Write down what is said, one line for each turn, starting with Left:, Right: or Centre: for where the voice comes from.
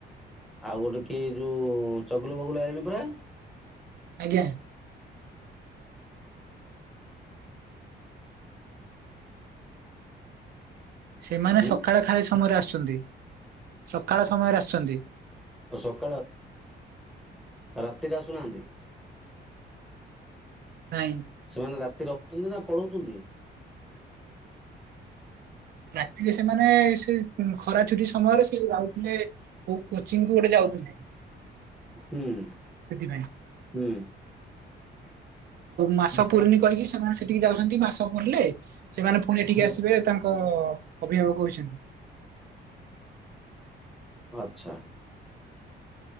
Centre: ଆଉ ଗୋଟେ କିଏ ଯୋଉ ଚଗୁଲୁ ବଗୁଲୁ ଆଇିଲେଣି ପରା।
Right: ଆଜ୍ଞା। ସେମାନେ
Centre: ଉଁ
Right: ସକାଳ ଖାଲି ସମୟରେ ଆସୁଛନ୍ତି ସକାଳ ସମୟରେ ଆସୁଛନ୍ତି।
Centre: ଆଉ ସକାଳ ରାତିରେ ଆସୁନାହାନ୍ତି।
Right: ନାଇଁ।
Centre: ସେମାନେ ରାତିରେ ରହୁଛନ୍ତି ନା ପଳଉଛନ୍ତି।
Right: ରାତିରେ ସେମାନେ ସେ ଖରା ଛୁଟି ସମୟରେ ସେ ଯାଉଥିଲେ ହଉ କୋଚିଂ କୁ ଗୋଟେ ଯାଉଥିଲି।
Centre: ହୁଁ
Right: ସେଥିପାଇଁ
Centre: ହୁଁ।
Right: ମାସ
Centre: ମାନେ ସେମାନେ
Right: ପୁରୁନି କହିକି ସେମାନେ ସେଠିକି ଯାଉଛନ୍ତି ମାସ ପୁରିଲେ ସେମାନେ ପୁଣି ଏଠିକି
Centre: ହୁଁ
Right: ଆସିବେ ଏକ ଅଭିଭାବକ ହୋଇଛନ୍ତି।
Centre: ଆଛା।